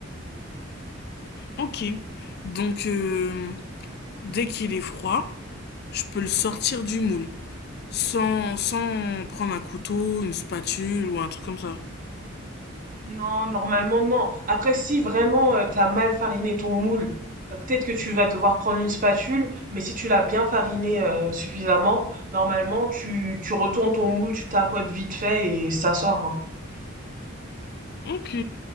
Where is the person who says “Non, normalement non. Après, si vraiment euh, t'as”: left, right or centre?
Right